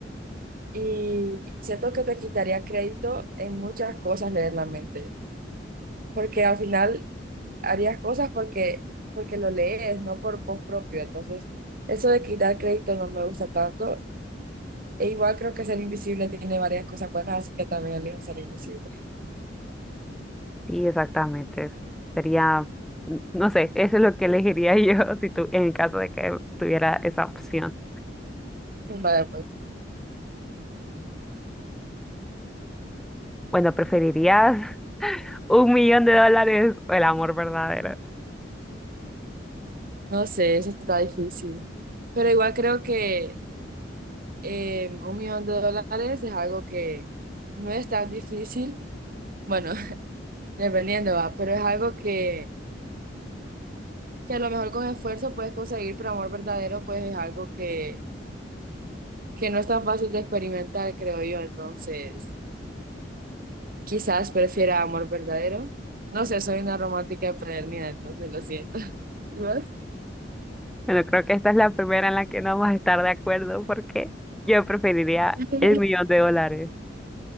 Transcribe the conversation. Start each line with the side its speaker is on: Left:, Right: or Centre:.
Right: y siento que te quitaría crédito en muchas cosas leer la mente, porque al final harías cosas porque, porque lo lees, no por vos propio. Entonces, eso de quitar crédito no me gusta tanto. E igual creo que ser invisible tiene varias cosas buenas, así que también elijo ser invisible.
Centre: Sí, exactamente. Sería, no sé, eso es lo que elegiría yo <laughs> si tú, en caso de que tuviera esa opción.
Right: Vale, pues.
Centre: Bueno, ¿preferirías? Un millón de dólares o el amor verdadero.
Right: No sé, eso está difícil. Pero igual creo que eh, un millón de dólares es algo que no es tan difícil. Bueno, <laughs> dependiendo, va, pero es algo que, que a lo mejor con esfuerzo puedes conseguir, pero amor verdadero, pues es algo que, que no es tan fácil de experimentar, creo yo. Entonces, quizás prefiera amor verdadero. No sé, soy una romántica empedernida, entonces lo siento. <laughs> ¿Y vos?
Centre: Bueno, creo que esta es la primera en la que no vamos a estar de acuerdo porque yo preferiría
Right: <laughs>
Centre: el millón de dólares.